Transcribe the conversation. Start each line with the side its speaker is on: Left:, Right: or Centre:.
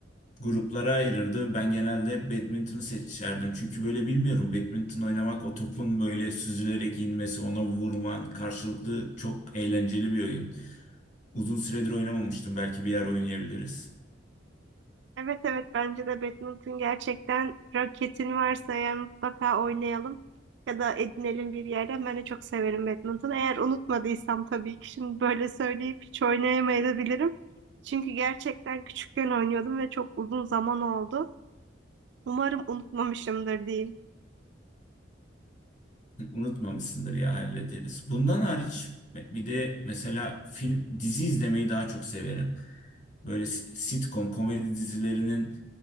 Left: gruplara ayırırdı. Ben genelde hep badminton'u seçerdim. Çünkü böyle bilmiyorum badminton oynamak o topun böyle süzülerek inmesi, ona vurman karşılıklı çok eğlenceli bir oyun. Uzun süredir oynamamıştım. Belki bir yer oynayabiliriz.
Right: Evet evet bence de badminton gerçekten raketin varsa eğer mutlaka oynayalım ya da edinelim bir yerden. Ben de çok severim badminton. Eğer unutmadıysam tabii ki şimdi böyle söyleyip hiç oynayamayabilirim. Çünkü gerçekten küçükken oynuyordum ve çok uzun zaman oldu. Umarım unutmamışımdır diyeyim.
Left: Unutmamışsındır ya hallederiz. Bundan hariç bir de mesela film dizi izlemeyi daha çok severim. Böyle s- sitcom komedi dizilerinin